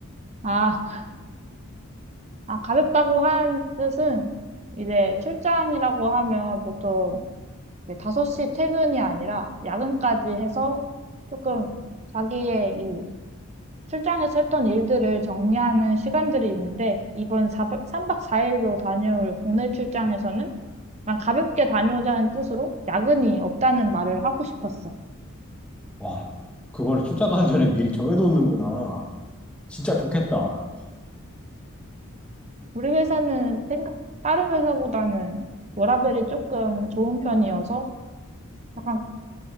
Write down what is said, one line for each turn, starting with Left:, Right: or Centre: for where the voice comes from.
Right: 아, 아, 가볍다고 한 뜻은 이제 출장이라고 하면 보통 이제 5시 퇴근이 아니라 야근까지 해서 조금 자기의 이 출장에서 했던 일들을 정리하는 시간들이 있는데 이번 3박 4일로 다녀올 국내 출장에서는 그냥 가볍게 다녀오자는 뜻으로 야근이 없다는 말을 하고 싶었어.
Centre: 와, 그거를 출장 가기 전에 미리 정해놓는구나. 진짜 좋겠다.
Right: 우리 회사는 생각, 다른 회사보다는 워라밸이 조금 좋은 편이어서 약간